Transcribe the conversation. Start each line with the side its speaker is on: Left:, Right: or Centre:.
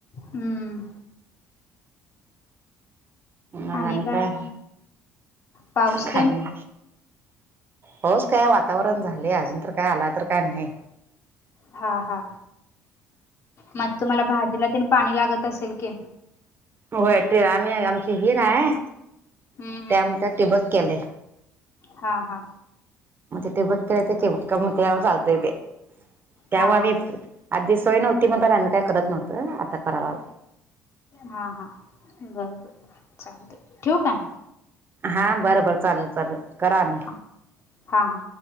Left: हम्म
Right: मगणी
Left: आणि
Right: काय
Left: मग पाऊस
Right: खान
Left: तेन
Right: होस काय वातावरण झाले अजून तर काय आला तर काय नाही
Left: हा हा मग तुम्हाला भाजीला त पाणी लागत असेल की
Right: होय ते आम्ही आमची हिर आहे
Left: हम्म हम्म
Right: त्यामुळे त्या टिबक केले
Left: हा हा
Right: मग ते ते बक ते चालतय ते त्याव्हा
Left: हा
Right: आम्ही
Left: हा
Right: आधी सोय नव्हती मग त्या त्यां काय करत नव्हतं आता कराय लाग
Left: हा हा बर बर चालते ठेवू काय.
Right: हा बरं बर चालेल चालेल करा आणि.
Left: हा हा.